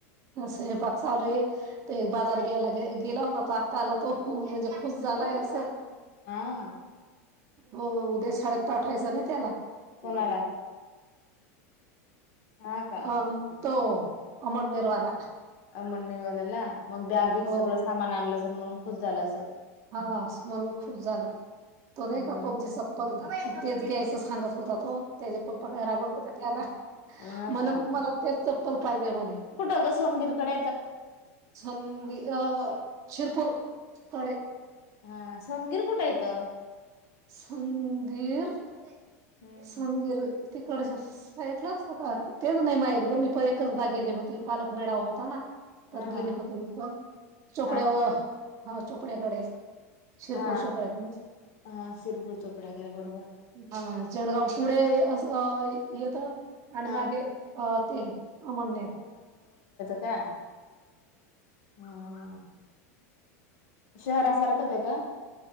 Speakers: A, on the right; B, on the left.
A: अ सयपाक चालूये ते एक बाजार ग्यायला गे- गेला होता अता आला तो म्हणजे खुश झा त्याला हे अस <inaudible>
B: हा
A: हो उद्या शाळेत पाठवायचं ना त्याला.
B: कोणाला
A: ते हे हाय ना
B: हा का
A: <inaudible> अ ब तो अमरनेरवाला.
B: अ मंदीरवाल्याला मग बॅग बीग
A: हो
B: सगळं सामान आणलं असेल म्हणून खुस झाला असेल.
A: हा म्हणून खुश झाला. तो नाही
B: हम्म
A: का पबजीचा पब झा तेच घ्यायचं सांगत होता तो. त्याचे पप्पा काही राबवत होते त्याला,
B: हा
A: म्हण
B: का
A: मला तेच चप्पल पाहिजे म्हणे.
B: तेजस मंदिरकडे
A: संधी अ शिरपूर कडे
B: हा सोनगिर कुठ येतो.
A: सुनगीर
B: हम्म
A: <inaudible> सुनगिर तिकडच्या साईटला असतं का तेच नाही माहीत ग मी पण एकचदा गेले होती पालक मिळावा होता ना तर
B: हा
A: गेले
B: हा हा
A: होते मी पण <inaudible> चोपड्याव
B: हा का
A: हा चोपड्याकडे. शिरपूर,
B: हा
A: चोपड्याकढेच
B: हा सिरपूर चोपड्याकडे
A: <inaudible>
B: बरोबर
A: हा जडगाव पुढे असं अ येतं. आणि
B: हा
A: मागे अ ते अमननेर. <inaudible>
B: काय? <inaudible> अ <inaudible> शहरासारखंच आहे का?